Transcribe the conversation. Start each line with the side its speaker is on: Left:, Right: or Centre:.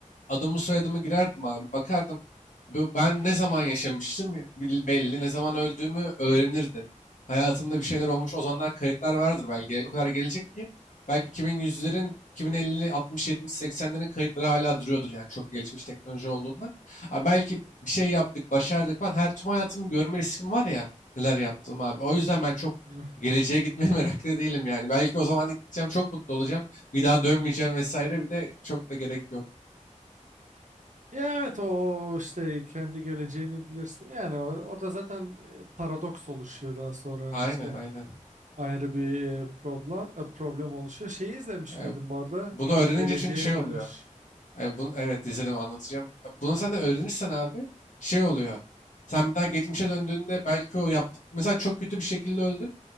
Left: adımı soyadımı girerdim abi. Bakardım bu- ben ne zaman yaşamıştım bil- belli, ne zaman öldüğümü öğrenirdim. Hayatımda bir şeyler olmuş. O zamanlar kayıtlar vardır belki. O kadar gelecek ki belki 2100'lerin, 2050, 60, 70, 80'lerin kayıtları hala duruyordur yani çok gelişmiş teknoloji olduğunda. Ha, belki bir şey yaptık, başardık falan. Her tüm hayatımı görme riskim var ya neler yaptım abi. O yüzden ben çok
Right: <laughs>
Left: geleceğe gitmeye <laughs> meraklı değilim yani. Belki o zaman da gideceğim, çok mutlu olacağım. Bir daha dönmeyeceğim vesaire. Bir de çok da gerek yok.
Right: Ya evet o işte kendi geleceğini bilirsin. Yani o- orada zaten e, paradoks oluşuyor daha sonra hani
Left: Aynen
Right: işte
Left: aynen.
Right: ayrı bir e, problem e, problem oluşuyor. Şeyi izlemiş
Left: E,
Right: miydin bu arada?
Left: bunu öğrenince
Right: Geleceğe
Left: çünkü şey oluyor.
Right: Dönüş.
Left: E, bunu, evet izledim anlatacağım. E, Bunu sen de öğrenirsen abi şey oluyor. Sen bir daha geçmişe döndüğünde belki o yaptık. Mesela çok kötü bir şekilde öldün.